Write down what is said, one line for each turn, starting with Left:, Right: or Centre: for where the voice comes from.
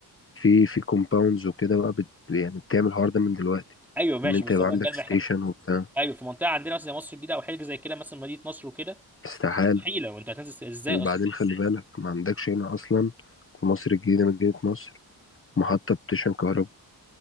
Left: في في كومباوندز وكده بقى بت يعني بتعمل الحوار ده من دلوقتي
Centre: <laughs> ايوه ماشي
Left: ان انت
Centre: بس
Left: يبقى
Centre: ابقى
Left: عندك
Centre: اكلم
Left: ستيشن
Centre: احنا
Left: وبتاع
Centre: ايوه في منطقه عندنا مثلا زي مصر الجديده او حاجه زي كده مثلا مدينه نصر وكده
Left: استحالة
Centre: مستحيله وانت هتنزل ازاي
Left: وبعدين
Centre: اصلا
Left: خلي بالك ما عندكش هنا اصلا في مصر الجديدة مدينة نصر محطة بتشحن كهرباء